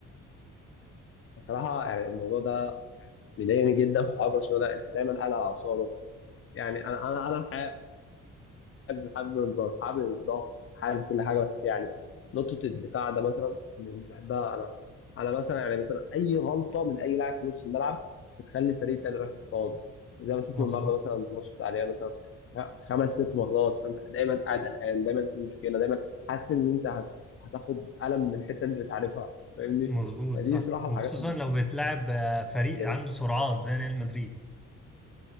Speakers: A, on the left; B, in the centre.
A: بصراحه يعني الموضوع ده مضايقني جدا في حوار برشلونه ده انت دايما قاعد على اعصابك يعني انا انا انا الحقيقه حابب حابب الضغط حابب الضغط حابب كل حاجه بس يعني نقطه الدفاع ده مثلا مش بحبها انا انا مثلا يعني مثلا اي غلطه من اي لاعب في نص الملعب بتخلي الفريق التاني يروح انفراد زي ما شفنا
B: مظبوط
A: النهارده مثلا الماتش بتاع الريال مثلا خ- خمس ست مرات فانت دايما قاعد قلقان دايما في مشكله دايما حاسس ان انت هت- هتاخد قلم من حته انت مش عارفها فاهمني
B: مظبوط
A: فدي
B: صح
A: صراحه
B: وخصوصا
A: الحاجات اللي
B: لو بيتلعب آه، فريق
A: بت-
B: عنده سرعات زي ريال مدريد